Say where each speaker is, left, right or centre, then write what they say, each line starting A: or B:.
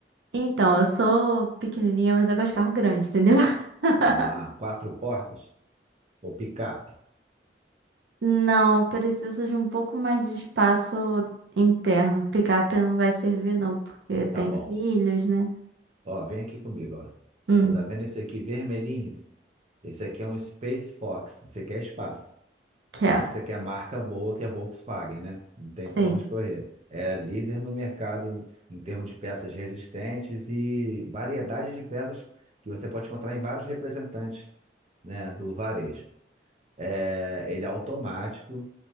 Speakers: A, on the right; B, on the right.
A: Então, eu sou pequenininha, mas eu gosto de carro grande, entendeu? <laughs>
B: Ah, quatro portas? Ou picape?
A: Não, eu preciso de um pouco mais de espaço interno. Picape não vai servir, não, porque tem
B: Tá bom.
A: filhos, né?
B: Ó, vem aqui comigo, ó.
A: Hum,
B: Tá vendo esse aqui vermelhinho? Esse aqui é um Space Fox. Você quer espaço.
A: quero.
B: E você quer marca boa, que é Volkswagen, né? Não tem para
A: Sim.
B: onde correr. É líder no mercado em termos de peças resistentes e variedade de peças que você pode encontrar em vários representantes, né, do varejo. É, ele é automático,